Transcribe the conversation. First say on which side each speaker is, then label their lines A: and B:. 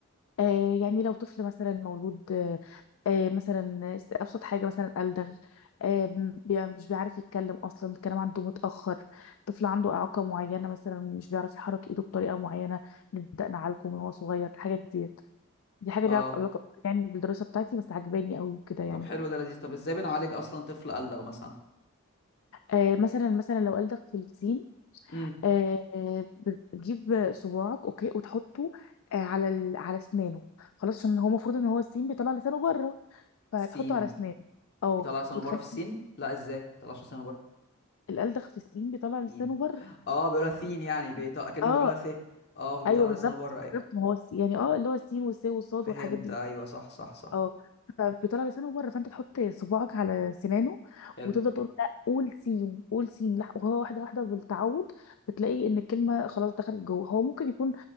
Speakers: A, on the left; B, on the left.
A: آه يعني لو طفل مثلا مولود آه آه مثلا است- أبسط حاجة مثلا ألدغ آه م- بي- مش بيعرف يتكلم أصلا الكلام عنده متأخر طفل عنده إعاقة معينة مثلا مش بيعرف يحرك إيده بطريقة معينة نبدأ نعالجه من هو صغير الحاجات ديت دي حاجة
B: اه
A: ليها علاقة يعني بالدراسة بتاعتي بس عجباني قوي وكده يعني
B: طب حلو ده لذيذ طب ازاي بنعالج اصلا طفل ألدغ مثلا
A: آه مثلا مثلا لو ألدغ في السين
B: امم
A: آه آه، بتجيب صباعك أوكي وتحطه آه على ال- على أسنانه خلاص عشان هو المفروض إن هو السين بيطلع لسانه بره فهتحطه
B: سين
A: على اسنانه اه
B: بيطلع لسانه
A: وتخلي
B: بره في السين لا ازاي ما بيطلعش لسانه بره
A: الالدغ في السين بيطلع لسانه
B: سين
A: بره
B: اه بيقولها سين يعني بيطلع كأنه
A: اه
B: بيقولها س اه فبيطلع
A: ايوه بالظبط
B: لسانه بره ايه
A: بالظبط ما هو الس- يعني اه اللي هو السين والسين والصاد
B: فهمت
A: والحاجات دي
B: ايوه صح صح صح
A: اه فبيطلع لسانه بره فانت تحط صباعك على سنانه
B: حلو
A: وتفضل تقول له لا قول سين قول سين لح- وهو واحده واحده بالتعود بتلاقي ان الكلمه خلاص دخلت جوه هو ممكن يكون